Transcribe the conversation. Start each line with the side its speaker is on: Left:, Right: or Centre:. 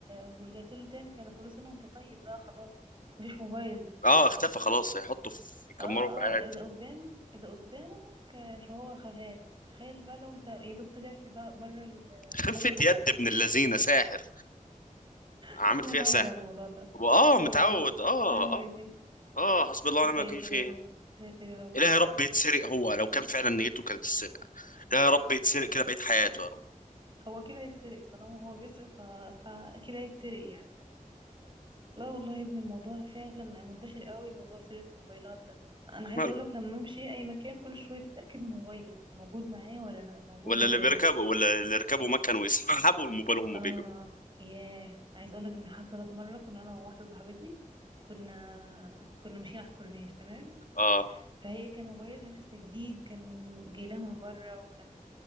Right: ورجعت له تاني فانا كل سنه وانت طيب بقى خلاص مفيش موبايل
Left: اه اختفى خلاص هيحطه في يكمروا
Right: اه اه
Left: في قاعد
Right: اذا قدام اذا قدامك آه، فهو خفاه تخيل بقى لو انت يا دوب طلعت بقى بره المحل
Left: خفة
Right: ورجعت
Left: يد ابن اللذينه ساحر عامل
Right: شكله متعود
Left: فيها ساحر
Right: على الموضوع ده
Left: واه
Right: شكله
Left: متعود اه
Right: حرام وادي
Left: اه اه حسبي الله
Right: يا
Left: ونعم
Right: ساتر
Left: الوكيل فيه
Right: يا رب يا ساتر يا رب
Left: إله يا رب يتسرق هو لو كان فعلا نيته كانت تتسرق إله يا رب يتسرق كده بقيت حياته يا رب
Right: هو كده هيتسرق طالما هو بيسرق ف... فاكيد هيتسرق يعني لا والله يا ابني الموضوع فعلا منتشر قوي موضوع سرقة الموبايلات ده انا عايزه
Left: ماله
Right: اقولك لما امشي اي مكان كل شويه اتاكد من موبايلي موجود معايا ولا لا موجود
Left: ولا
Right: ولا
Left: اللي بيركب
Right: لا
Left: ولا اللي ركبوا ما كانوا يسحبوا الموبايل وهم
Right: اه
Left: بيجوا
Right: ياه عايز اقول لك ان حصلت مره كنا انا وواحده صاحبتي كنا كنا ماشيين على الكورنيش تمام
Left: اه
Right: فهي كان موبايلها لسه جديد كان جاي لها من بره وكان